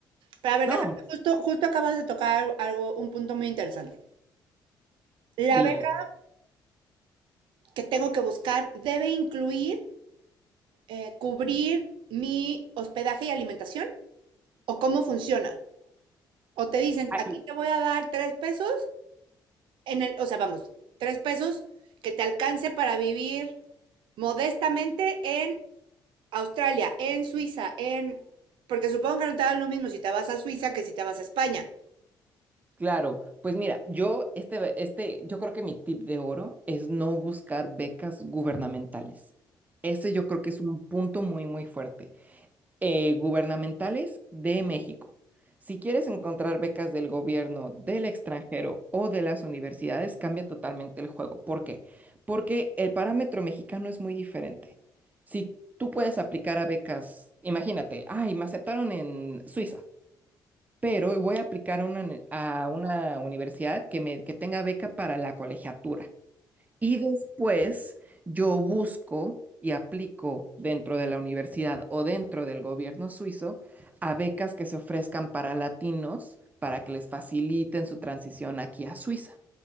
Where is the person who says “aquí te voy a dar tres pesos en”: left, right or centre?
Right